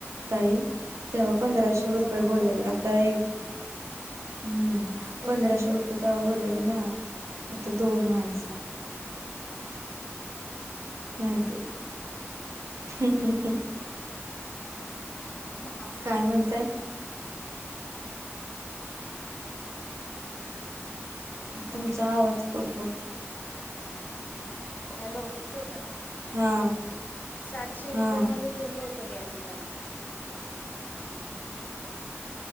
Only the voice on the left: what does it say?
दोघी
जाऊन
करू
आता
किती घेतले
<unintelligible>
हॅलो येतोय का?
सातशे
रुपयामध्ये केलं होतं गॅझेट आमचं